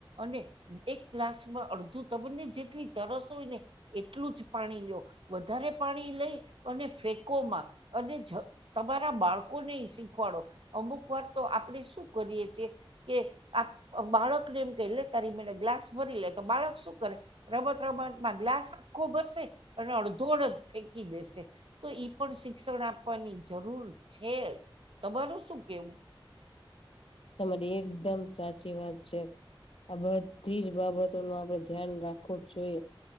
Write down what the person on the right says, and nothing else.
અને એક ગ્લાસમાં અડધું તમને જેટલી તરસ હોય ને એટલું જ પાણી લો વધારે પાણી લઈ અને ફેકોમાં અને જ તમારા બાળકોને શીખવાડો અમુક વાર તો આપણેે શું કરીએ છીએ કે આ બાળક ને એમ કઈ લે તારી મેને ગ્લાસ ભરી લે. તો બાળક શું કરે રમત રમતમાં ગ્લાસ આખો ભરસે અને અડધો અડધ ફેંકી દેશે. તો ઈ પણ શિક્ષણ આપવાની જરૂર છે. તમારું શું કેવું?